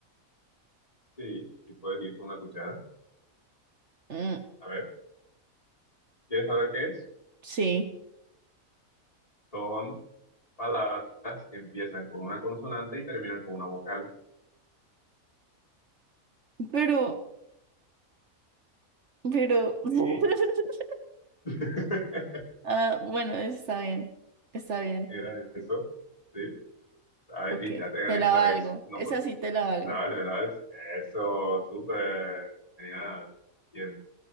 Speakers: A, on the left; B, on the right.
A: Sí, sí puedes ir con una cuchara.
B: Mm,
A: A ver, ¿quieres saber qué es?
B: sí,
A: Son palabras que empiezan con una consonante y terminan con una vocal.
B: pero, pero... <laughs>
A: Sí, <laughs>
B: Ah, bueno, está bien, está bien.
A: era eso. Sí, a ver,
B: Ok,
A: y te la tengan
B: te
A: esta
B: la valgo.
A: vez. No,
B: Esa
A: pues,
B: sí te la valgo.
A: dale, dale. Eso, súper, genial. Bien.